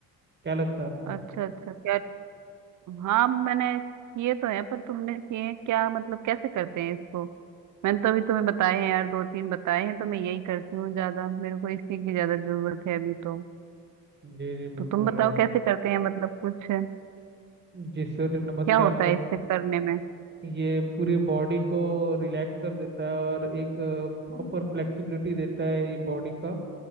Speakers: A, on the right; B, on the right.
A: क्या लगता है आपको
B: अच्छा अच्छा क्या हाँ मैंने किए तो हैं पर तुमने किए हैं क्या मतलब कैसे करते हैं इसको मैंने तो अभी तुम्हें बताए हैं यार दो तीन बताए हैं तो मैं यही करती हूँ ज्यादा मेरे को इसी की ज्यादा जरूरत है अभी तो
A: जी जी बिल्कुल
B: तो तुम बताओ
A: और
B: कैसे करते हैं मतलब कुछ क्या
A: जी सूर्य नमस्कार
B: होता
A: तो
B: है इससे करने में
A: ये पूरी बॉडी को रिलैक्स कर देता है और एक प्रॉपर फ्लेक्सिबिलिटी देता है ये बॉडी का